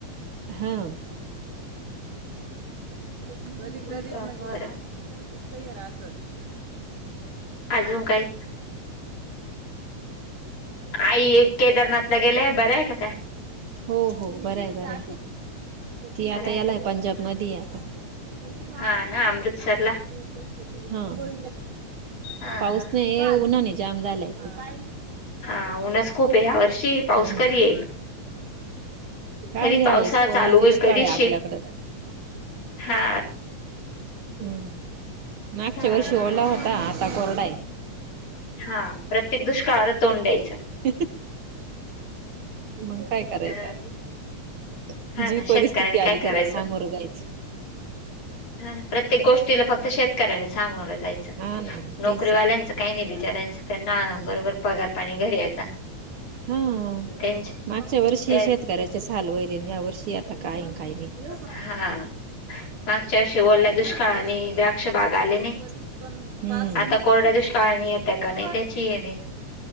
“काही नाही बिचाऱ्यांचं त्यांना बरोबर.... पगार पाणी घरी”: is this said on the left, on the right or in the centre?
Left